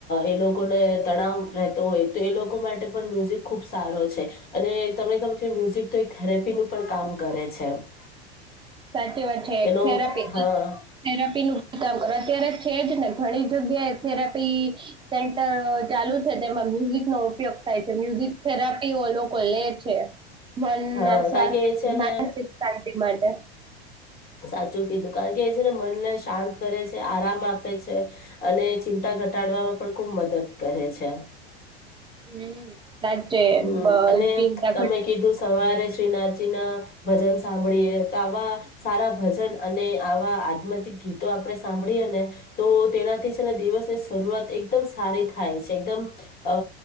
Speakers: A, on the left; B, on the right.
A: એ લોકોને તણાવ રહેતો હોય તો એ લોકો માટે પણ, મ્યુઝિક ખુબ સારો છે, અને તમને ખબર છે મ્યુઝિક તો એક થેરેપીનું પણ કામ કરે છે. છે.
B: સાચી વાત છે
A: એનો
B: થેરાપી
A: હા
B: થેરાપી નું કામ કર અત્યારે છે જ ને ઘણી જગ્યાએ થેરાપી સેન્ટર ચાલુ છે, તેમાં મ્યુઝિક નો ઉપયોગ થાય છે મ્યુઝિક થેરાપી ઓ લોકો લે છે. મનના
A: હા
B: સ્વાસ્થ
A: કારણ કે એ છે
B: માનસિક
A: ને
B: શાંતિ માટે.
A: સાચું કીધું કારણ કે એ છેને મનને શાંત કરે છે આરામ આપે છે, અને ચિંતા ઘટાડવામાં પણ ખૂબ મદદ કરે છે.
B: હમ. સાચે
A: હમ
B: બ-
A: અને
B: ચિંતા
A: તમે
B: ઘટ
A: કીધું સવારે શ્રીનાથજી ના ભજન સાંભળીએ તો આવા સારા ભજન અને આવા આધમાથી ગીતો આપણે સાંભળીએ ને, તો તેનાથી છે ને દિવસની શરૂઆત એકદમ સારી થાય છે, એકદમ અ